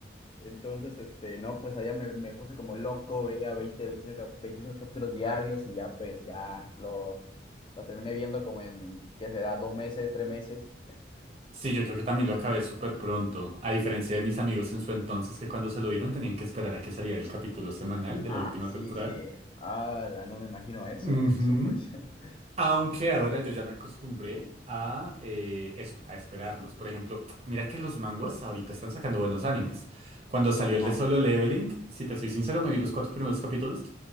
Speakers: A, on the left; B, on the right.
A: Entonces, este, no, pues allá me, me puse como loco, veía veinte veinticinco cap- 25 capítulos diarios y ya, pues, ya lo, lo terminé viendo como en, ¿qué será? Dos meses, tres meses. ya.
B: Sí, yo creo que también lo acabé súper pronto, a diferencia de mis amigos en su entonces que cuando se lo vieron tenían que esperar a que saliera el capítulo semanal de
A: Ah,
B: la última
A: sí,
B: temporada.
A: sí. la no me imagino eso.
B: Ujú.
A: Subway. <laughs>
B: Aunque ahora yo ya me acostumbré a eh, eso, a esperarlos. Por ejemplo, mira que los manguas ahorita están sacando buenos animes. Cuando salió
A: Ajá,
B: el de Solo Leveling, si te soy sincero, me vi los cuatro primeros capítulos